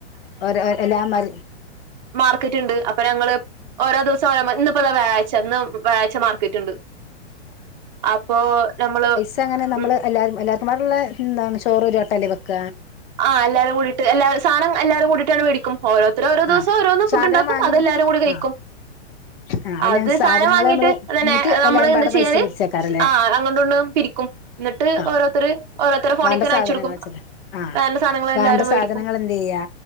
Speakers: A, on the left; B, on the right.
A: ഓരോ എല്ലാം മ
B: മാർക്കറ്റ്ണ്ട് അപ്പൊ ഞങ്ങള് ഓരോ ദിവസം ഓരോ ഇന്ന്പ്പെതാ വ്യാഴായ്ച്ച ഇന്ന് വ്യാഴച്ച മാർക്കറ്റ്ണ്ട് അപ്പൊ നമ്മള്
A: പക്ഷേ എങ്ങനെ നമ്മള്
B: ഉം
A: എല്ലാരും എല്ലാർക്കും പാടെള്ള എന്താണ് ചോറ് ഒരുവട്ടല്ലേ വെക്ക?
B: ആഹ് എല്ലാരും കൂട്ടീട്ട് എല്ലാരു സാധനം എല്ലാരും കൂടിട്ടാണ്ട് മേടിക്കും ഓരോ ര്ത്തര് ഓരോ ദിവസം
A: ആഹ്
B: ഓരോന്ന്
A: സാധനം
B: ഫു്ഡ്ണ്ടാക്കും
A: വാങ്ങീട്ട്
B: അതെല്ലാരും കൂടി കഴിക്കും
A: ആഹ് ആഹ് അല്ല
B: അത് സാധനം
A: സാധനങ്ങള്
B: വാങ്ങിയിട്ട്
A: നമ്മള്
B: അതന്നെ
A: എന്നിട്ട്
B: നമ്മള്
A: എല്ലാരും
B: എന്താ
A: പാടെ
B: ചെയ്യല്
A: പൈസ പിരിച്ചേക്കാരല്ലേ
B: ആഹ് അങ്ങോട്ടും ഇങ്ങട്ടെക്കെ പിരിക്കും ഇന്നെട്ട്
A: ആഹ്
B: ഓരോത്തര് ഓരോത്തരെ ഫോണിക്കാണ്ട്
A: വേണ്ട സാധനങ്ങൾ
B: അയച്ചൊടുക്കും
A: വെച്ചിട്ട് ആ
B: വേണ്ട സാധനങ്ങള്
A: വേണ്ട
B: എല്ലാരും വേടിക്കും
A: സാധനങ്ങൾ എന്ത് ചെയ്യാ